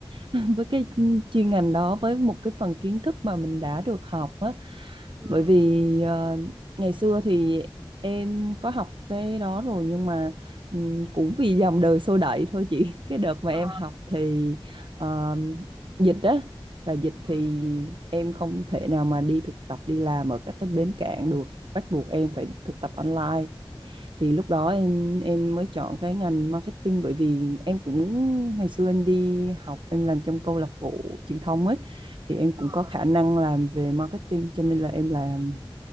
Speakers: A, on the right (about 65°); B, on the right (about 35°).
A: <laughs> với cái chuyên ngành đó với một cái phần kiến thức mà mình đã được học á.
B: ừ
A: Bởi vì ờ, ngày xưa thì em có học cái đó rồi nhưng mà Ừm, cũng vì dòng đời xô đẩy thôi chị <laughs> cái đợt mà
B: Ờ.
A: em học thì ờ, dịch á và dịch
B: ừ
A: thì em không thể nào mà đi thực tập đi làm ở các cái bến cảng được bắt buộc em phải thực tập online thì lúc
B: Ờ.
A: đó em em mới chọn cái ngành marketing bởi vì em cũng ngày xưa em đi học em làm trong câu lạc bộ truyền thông ấy thì em
B: à
A: cũng có khả năng làm về marketing cho nên là em làm